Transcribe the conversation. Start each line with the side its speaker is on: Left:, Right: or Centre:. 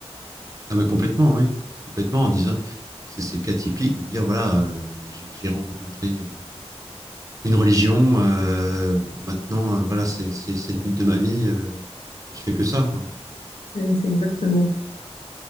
Right: Ah bah complètement, oui. Complètement en disant, c'est c'est le cas typique de dire voilà, euh, j'ai j'ai rencontré euh, une religion, euh, maintenant euh, voilà, c'est c'est c'est le but de ma vie, euh, et je fais que ça quoi.
Left: C'est c'est exactement